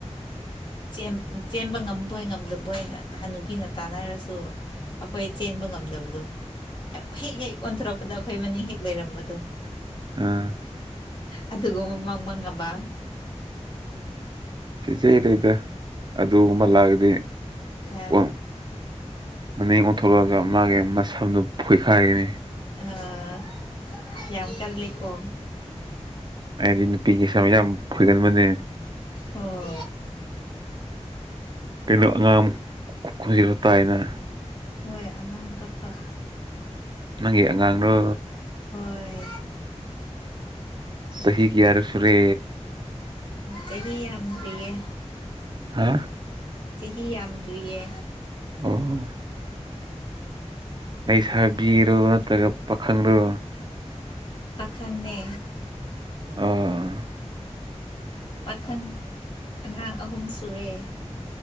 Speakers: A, on the left (about 40°); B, on the right (about 40°).
A: ꯆꯦꯝ ꯆꯦꯟꯕ ꯉꯝꯕꯣꯏ ꯉꯝꯗꯕꯣꯏꯅ ꯍꯟꯅꯨꯕꯤꯅ ꯇꯥꯟꯅꯔꯁꯨ ꯑꯩꯈꯣꯏ ꯆꯦꯟꯕ ꯉꯝꯗꯕꯗꯣ ꯍꯦꯛ ꯍꯦꯛ ꯑꯣꯟꯊꯣꯔꯛꯄꯗ ꯑꯩꯈꯣꯏ ꯃꯅꯤꯡ ꯍꯦꯛ ꯂꯩꯔꯝꯕꯗꯣ
B: ꯎꯝ
A: ꯑꯗꯨꯒ ꯃꯪ ꯃꯪꯉꯕ
B: ꯆꯤꯆꯦꯔꯤꯗ ꯑꯗꯨꯒꯨꯝꯕ ꯂꯥꯛꯑꯗꯤ
A: ꯑ
B: ꯋꯪ ꯃꯅꯦꯝꯕꯣꯛ ꯊꯣꯛꯂꯛꯑꯒ ꯃꯥꯒꯤ ꯃꯁꯝꯗꯨ ꯐꯣꯏꯈꯥꯏꯒꯅꯤ
A: ꯑꯥ ꯌꯥꯝ ꯀꯜꯂꯤꯀꯣ
B: ꯑꯩꯗꯤ ꯅꯨꯄꯤꯒꯤ ꯁꯝ ꯌꯥꯝ ꯐꯣꯏꯒꯟꯕꯅꯦ
A: ꯑꯣ
B: ꯀꯩꯅꯣ ꯑꯉꯥꯡ ꯈꯣꯟꯖꯤꯦꯜꯁꯨ ꯇꯥꯏꯅ
A: ꯍꯣꯏ ꯑꯉꯥꯡ ꯀꯞꯄ
B: ꯅꯪꯒꯤ ꯑꯉꯥꯡꯔꯣ
A: ꯍꯣꯏ
B: ꯆꯍꯤ ꯀꯌꯥꯔꯛ ꯐꯔꯦ
A: ꯆꯍꯤ ꯌꯥꯝꯗ꯭ꯔꯤꯌꯦ
B: ꯍꯥ
A: ꯆꯍꯤ ꯌꯥꯝꯗ꯭ꯔꯤꯌꯦ
B: ꯑꯣ ꯂꯩꯁꯥꯕꯤꯔꯣ ꯅꯠꯇ꯭ꯔꯒ ꯄꯥꯈꯪꯔꯣ
A: ꯄꯥꯈꯪꯅꯦ
B: ꯑꯥ
A: ꯄꯥꯈꯪ ꯑꯉꯥꯡ ꯑꯍꯨꯝ ꯁꯨꯔꯦ